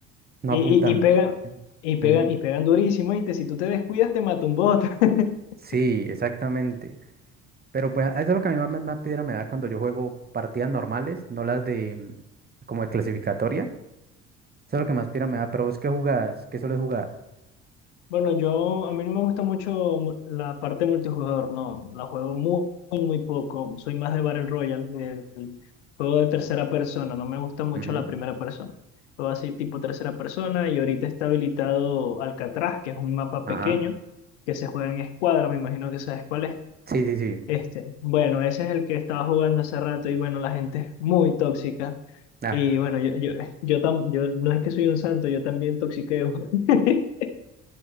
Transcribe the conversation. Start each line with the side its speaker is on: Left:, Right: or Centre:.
Right: no
Left: Y,
Right: apuntan
Left: y, y pegan,
Right: bien.
Left: y pegan,
Right: Ujú.
Left: y pegan durísimo, y si tú te descuidas te mata un bot. <laughs>
Right: Sí, exactamente. Pero pues eso es lo que a mi mamá más piedra me da cuando yo juego partidas normales, no las de mm, como de clasificatoria. Eso es lo que más piedra me da. Pero vos qué jugás, qué sueles jugar.
Left: Bueno, yo, a mí no me gusta mucho mu- la parte multijugador, no, la juego muy, muy, muy poco, soy más de Battle Royale, del juego de tercera persona, no me gusta mucho
Right: Ujú.
Left: la primera persona. Juego así tipo tercera persona, y ahorita está habilitado Alcatraz, que es un mapa
Right: Ajá.
Left: pequeño, que se juega en escuadra, me imagino que sabes cuál es
Right: Sí, sí, sí.
Left: Este, bueno, ese es el que estaba jugando hace rato y bueno, la gente es muy tóxica.
Right: Ah,
Left: Y bueno, yo, yo, yo, tam- yo no es que soy un santo, yo también toxiqueo, <laughs>